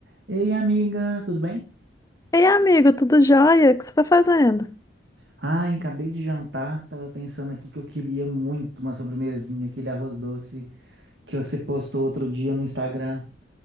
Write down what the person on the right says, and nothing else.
Ei, amiga, tudo bem?
Ai, acabei de jantar, tava pensando aqui que eu queria muito uma sobremesinha, aquele arroz doce que você postou outro dia no Instagram.